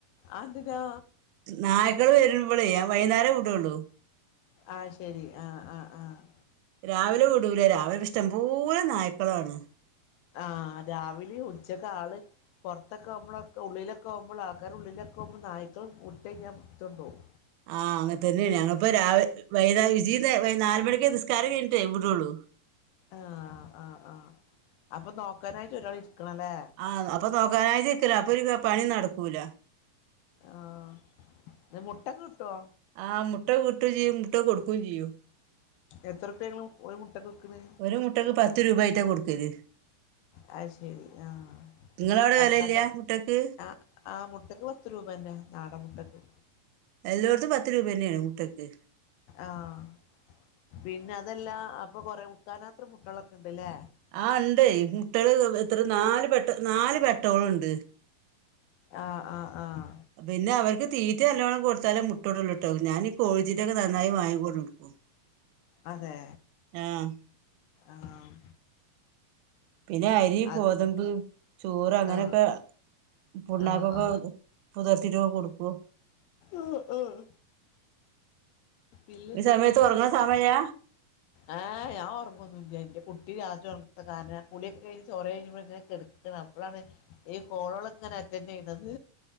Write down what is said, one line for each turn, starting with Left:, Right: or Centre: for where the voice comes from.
Left: അഹ് എന്തിനാ?
Right: നായ്ക്കള് വരുമ്പളെ വൈുന്നേരേ വിടള്ളൂ
Left: അഹ് ശരി ആഹ് ആഹ് ആഹ്
Right: രാവിലെ വിടൂല രാവിലെ ഇഷ്ടംപോലെ നായ്ക്കളാണ്
Left: ആഹ് രാവിലെ ഉച്ചക്ക് ആള് പുറത്തൊക്കെ ആകുമ്പളൊക്കെ ഉള്ളിലൊക്കെ ആകുമ്പോൾ ആൾക്കർ ഉള്ളിലൊക്കെകുമ്പോൾ നായ്ക്കൾ <unintelligible> പിടിച്ചോണ്ട് പോകും
Right: ആഹ് അങ്ങനെ തന്നെയാണ് ഞങ്ങളിപ്പാ രാ വൈകാ <unintelligible> നാല് മണിക്കെ നിസ്കാരം കഴിഞ്ഞിട്ടേ വിടുള്ളൂ
Left: ആഹ് ആഹ് ആഹ് അപ്പൊ നോക്കാനായിട്ട് ഒരാൾ ഇരിക്കണല്ലേ
Right: ആഹ് അപ്പോൾ നോക്കാനായിട്ടിക്കല്ലെ അപ്പോൾ ഒരു പണി നടക്കൂല
Left: ആഹ് ഇന്ന് മുട്ട ഒക്കെ കിട്ടുവോ
Right: ആഹ് മുട്ട കിട്ടുകയും ചെയ്യും മുട്ട കൊടുക്കുകയും ചെയ്യും
Left: എത്രുപ്യ ഇങ്ങള് ഒരു മുട്ടക്ക് വിക്ക്ണത്
Right: ഒരു മുട്ടക്ക് പത്ത് രൂപ ആയിട്ടാ കൊടുക്കല്
Left: അത് ശരി ആഹ്
Right: നിങ്ങളവിടെ
Left: അത്
Right: വെലയില്ല
Left: കച്ചോ
Right: മുട്ടക്ക്
Left: ആഹ് ആഹ് മുട്ടക്ക് പത്ത് രൂപന്ന നാടൻ മുട്ടക്ക്
Right: എല്ലോട്ത്തും പത്ത് രൂപ തന്നെയാണ് മുട്ടക്ക്
Left: ആഹ് പിന്നെ അതെല്ല അപ്പൊ കൊറെ ക്കാണാത്ര മുട്ടകളൊക്കെ ഉണ്ട്ല്ലേ
Right: ആഹ് ഉണ്ട് എയ് മുട്ടള് എത്ര നാല് പെ നാല് പെട്ടോളുണ്ട്
Left: ആഹ് ആഹ് ആഹ്
Right: പിന്നെ അവർക്ക് തീറ്റ നല്ലോണം കൊടുത്താലെ മുട്ട ഇടൊള്ളൂ ട്ടോ ഞാനി കോഴിത്തീറ്റൊക്കെ നന്നായി വാങ്ങി കൊണ്ടൊന്നു കൊടുക്കും
Left: അതെ
Right: ആഹ്
Left: ആഹ്
Right: പിന്നെ അരി
Left: അത്
Right: ഗോതമ്പ് ചോറ് അങ്ങനെയൊക്കെ
Left: ആഹ്
Right: പുണ്ണാകൊക്കെ
Left: ആഹ് ആഹ്
Right: പുതിർത്തീട്ടൊക്കെ കൊടുക്കൂ
Left: ആഹ് ആഹ് പിന്നെന്തൊക്കെയാ
Right: ഈ സമയത്ത്
Left: വിശേഷം
Right: ഉറങ്ങണ സമയ
Left: ആഹ് ഞാൻ ഒറങ്ങന്നില്ല എനിക്കു കുട്ടി രാത്രി ഉറങ്ങുത്ത കാരണം <unintelligible> അപ്പോളാണ് ഈ കോളൊളോക്കെ ഇങ്ങനെ അറ്റൻഡ് ചെയ്യണത്